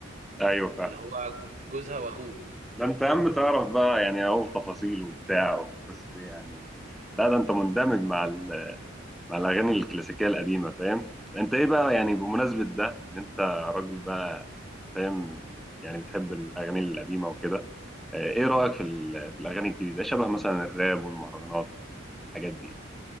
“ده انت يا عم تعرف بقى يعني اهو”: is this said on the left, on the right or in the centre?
Centre